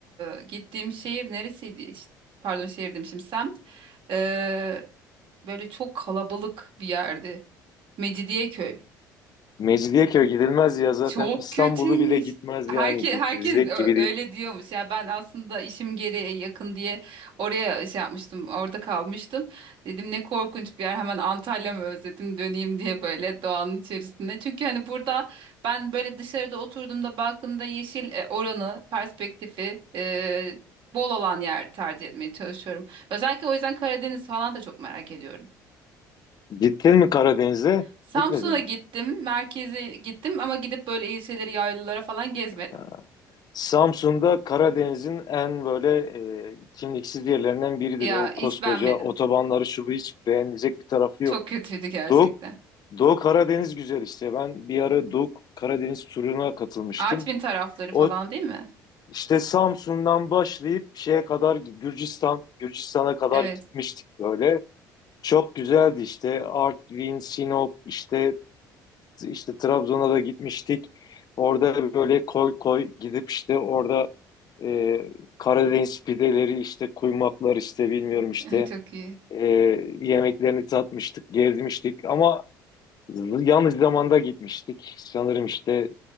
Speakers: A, on the right; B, on the left.
A: e, gittiğim şehir neresiydi? İşte, pardon şehir demişim semt. E, böyle çok kalabalık bir yerdi. Mecidiyeköy.
B: Mecidiyeköy gidilmez ya zaten
A: Çok
B: İstanbul'u
A: kötüymüş.
B: bile gitmez
A: Herke,
B: yani gidilecek
A: herkes ö-
B: gibi
A: öyle
B: değil.
A: diyormuş. Ya ben aslında işim gereği yakın diye oraya şey yapmıştım. Orada kalmıştım. Dedim ne korkunç bir yer. Hemen Antalya'mı özledim döneyim diye böyle doğanın içerisinde. Çünkü hani burada ben böyle dışarıda oturduğumda baktığımda yeşil e, oranı, perspektifi e, bol olan yer tercih etmeye çalışıyorum. Özellikle o yüzden Karadeniz falan da çok merak ediyorum.
B: Gittin mi Karadeniz'e?
A: Samsun'a
B: Gitmedin.
A: gittim, merkeze gittim ama gidip böyle ilçeleri, yaylalara falan gezmedim.
B: Ha. Samsun'da Karadeniz'in en böyle e, kimliksiz yerlerinden biridir.
A: Ya
B: O
A: hiç
B: koskoca
A: beğenmedim.
B: otobanları şu bu hiç beğenilecek bir tarafı
A: Çok
B: yok.
A: kötüydü gerçekten.
B: Doğu, Doğu Karadeniz güzel işte. Ben bir ara Doğu Karadeniz turuna katılmıştım.
A: Artvin tarafları falan
B: O
A: değil mi?
B: İşte Samsun'dan başlayıp şeye kadar Gürcistan, Gürcistan'a kadar
A: Evet.
B: gitmiştik böyle. Çok güzeldi işte Artvin, Sinop, işte işte Trabzon'a da gitmiştik. Orada böyle koy koy gidip işte orada e, Karadeniz pideleri işte kuymaklar işte bilmiyorum işte
A: <laughs> Çok iyi.
B: e, yemeklerini tatmıştık, gezmiştik ama yanlış zamanda gitmiştik. Sanırım işte